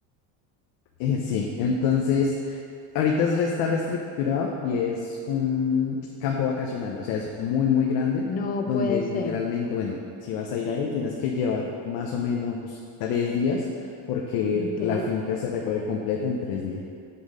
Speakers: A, on the left; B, on the left.
A: eh, sí, entonces, ahorita es, está reestructurado y es un campo vacacional, o sea, es muy, muy grande,
B: No
A: donde
B: puede ser.
A: literalmente, bueno, si vas a ir ahí, tienes que llevar más o menos tres días, porque
B: Ok.
A: la finca se recorre completa en tres días,